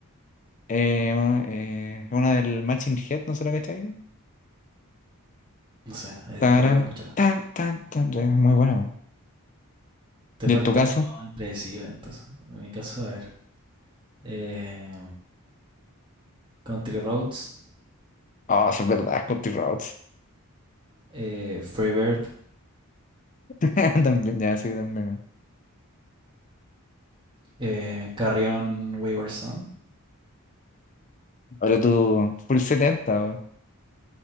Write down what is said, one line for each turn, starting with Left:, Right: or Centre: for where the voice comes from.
Left: Eh, bueno, eh, es una del Matching Head, ¿no será que está ahí?
Right: No sé, ahí
Left: Tarán,
Right: después lo voy a escuchar.
Left: tan, tan, tan. Es muy buena. weón.
Right: Te
Left: ¿Y
Right: faltó
Left: en tu caso?
Right: uno impredecible, entonces. En mi caso, a ver. Eh, Country Roads,
Left: Oh, eso es verdad, Scotty Rhodes.
Right: eh, Free Bird,
Left: <laughs> También, ya, sí, también. weón.
Right: eh, Carrion Wayward Son.
Left: Ahora tú, full 70, weón.